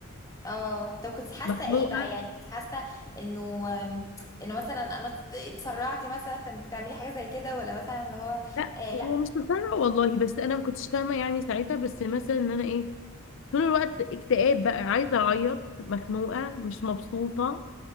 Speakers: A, on the left; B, on the left.
A: اه طب كنت حاسه
B: مخنوقه
A: ايه بقى يعني كنت حاسه انه آم، انه مثلا انا اتسرعتي مثلا في انك تعملي حاجه زي كده ولا مثلا اللي هو
B: لا
A: آه
B: ومش
A: لا
B: مقتنعه والله بس انا ما كنتش فاهمه يعني ساعتها بس مثلا ان انا ايه طول الوقت اكتئاب بقى عايزه اعيط مخنوقه مش مبسوطه